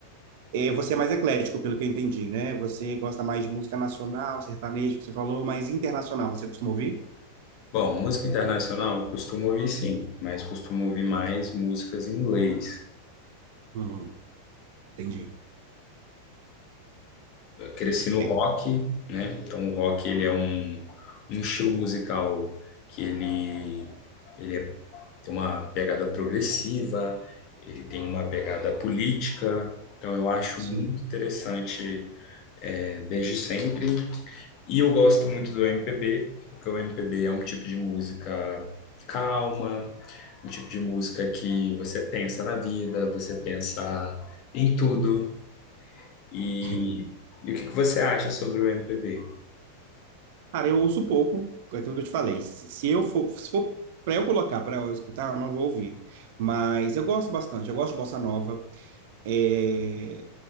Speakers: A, on the right; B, on the left.
A: É, você é mais eclético, pelo que eu entendi, né? Você gosta mais de música nacional, sertanejo, que você falou, mas internacional, você costuma ouvir?
B: Bom, música internacional costumo ouvir sim, mas costumo ouvir mais músicas em inglês.
A: Uhum. Entendi.
B: cresci no
A: É,
B: rock, né? Então o rock ele é um, um estilo musical que ele, ele é- tem uma pegada progressiva, ele tem uma pegada política. Então eu acho
A: sim.
B: muito interessante é, desde sempre. E eu gosto muito do MPB, porque o MPB é um tipo de música calma, um tipo de música que você pensa na vida, você pensa em tudo. E,
A: <laughs>
B: e o que que você acha sobre o MPB?
A: Cara, eu ouço pouco, é aquilo que eu te falei. Se eu for, se for para eu colocar, para eu escutar, eu não vou ouvir. Mas eu gosto bastante, eu gosto de bossa nova. é,